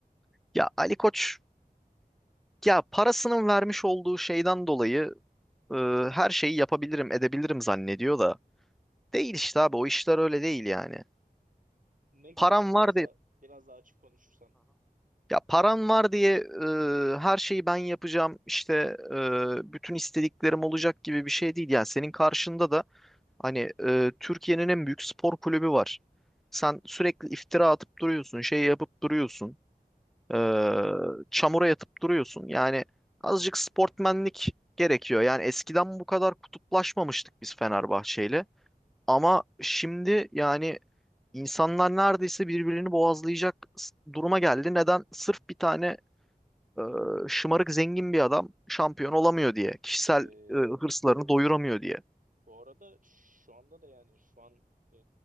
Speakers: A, in the centre; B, on the right.
A: Ya Ali Koç ya parasının vermiş olduğu şeyden dolayı e, her şeyi yapabilirim, edebilirim zannediyor da değil işte abi o işler öyle değil yani.
B: Ne gibi
A: Param
B: abi? Biraz
A: var diye.
B: da biraz daha açık konuşursan.
A: Ya param var diye e, her şeyi ben yapacağım işte e, bütün istediklerim olacak gibi bir şey değil. Yani senin karşında da hani e, Türkiye'nin en büyük spor kulübü var. Sen sürekli iftira atıp duruyorsun, şey yapıp duruyorsun, e,
B: <laughs> Aha.
A: çamura yatıp duruyorsun. Yani azıcık sportmenlik gerekiyor. Yani eskiden bu kadar kutuplaşmamıştık biz Fenerbahçe'yle. Ama şimdi yani insanlar neredeyse birbirini boğazlayacak s- duruma geldi. Neden? Sırf bir tane e, şımarık zengin bir adam şampiyon olamıyor diye. Kişisel
B: Ee,
A: e, hırslarını doyuramıyor diye.
B: bu arada şu anda da yani şu an e,